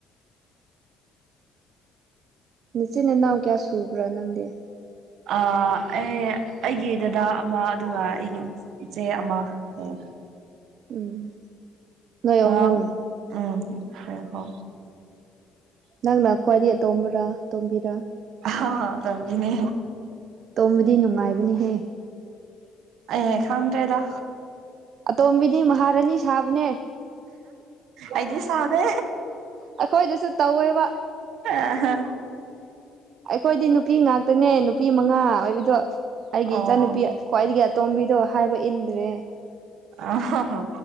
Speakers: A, on the right (about 60°); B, on the right (about 75°).
A: ꯅꯆꯤꯟ ꯅꯅꯥꯎ ꯀꯌꯥ ꯁꯨꯕ꯭ꯔꯥ ꯅꯪꯗꯤ
B: ꯑꯥ ꯑꯩ ꯑꯩꯒꯤ ꯗꯗꯥ ꯑꯃ ꯑꯗꯨꯒ ꯑꯩꯒꯤ ꯏꯆꯦ ꯑꯃ ꯂꯩ
A: ꯎꯝ ꯅꯣꯏ
B: ꯑꯉꯥꯡ
A: ꯑꯍꯨꯝ
B: ꯎꯝ ꯍꯣ ꯍꯣ
A: ꯅꯪꯅ ꯈ꯭ꯋꯥꯏꯗꯒꯤ ꯑꯇꯣꯝꯕꯔꯥ ꯇꯣꯝꯕꯤꯔꯥ
B: ꯑꯍꯥ ꯑꯇꯣꯝꯕꯤꯅꯦ
A: ꯇꯣꯝꯕꯗꯤ ꯅꯨꯡꯉꯥꯏꯕꯅꯤꯍꯦ
B: ꯑꯩ ꯍꯦꯛ ꯈꯡꯗ꯭ꯔꯦꯗ
A: ꯑꯇꯣꯝꯕꯤꯗꯤ ꯃꯍꯥꯔꯥꯅꯤ ꯁꯥꯕꯅꯦ
B: ꯑꯩꯗꯤ ꯁꯥꯗꯦ
A: ꯑꯩꯈꯣꯏꯗꯨꯁꯨ ꯇꯧꯋꯦꯕ꯫
B: ꯑꯥ ꯍꯥ
A: ꯑꯩꯈꯣꯏꯗꯤ ꯅꯨꯄꯤ ꯉꯥꯛꯇꯅꯦ ꯅꯨꯄꯤ ꯃꯉꯥ ꯑꯣꯏꯕꯗꯣ ꯑꯩꯒꯤ
B: ꯑꯣ
A: ꯏꯆꯟꯅꯨꯨꯄꯤ꯫ ꯈ꯭ꯋꯥꯏꯗꯒꯤ ꯑꯇꯣꯝꯕꯤꯗꯣ ꯍꯥꯏꯕ ꯏꯟꯗ꯭ꯔꯦ꯫
B: ꯑꯥ ꯍꯣ ꯍꯣ